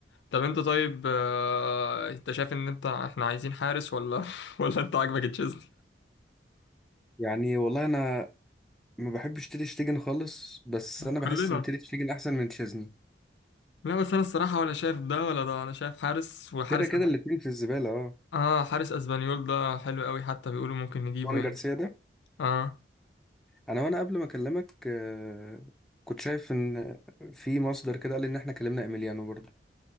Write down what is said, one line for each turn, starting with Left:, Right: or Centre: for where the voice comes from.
Left: طب انت طيب آه، انت شايف ان انت احنا عايزين حارس ولا <laughs> ولا انت عاجبك تشيزني
Centre: يعني والله أنا ما بحبش تير شتيجن خالص بس أنا
Left: كلنا
Centre: بحس إن تير شتيجن أحسن من تشيزني
Left: لا بس انا الصراحة ولا شايف ده ولا ده انا شايف حارس وحارس
Centre: كده كده
Left: أز...
Centre: الاتنين في الزبالة اه
Left: اه حارس اسبانيول ده حلو قوي حتى بيقولوا ممكن نجيبه
Centre: وان
Left: يعني
Centre: جارسيا ده
Left: اه
Centre: انا وانا قبل ما اكلمك آه، كنت شايف ان في مصدر كده قال ان احنا كلمنا ايميليانو برضه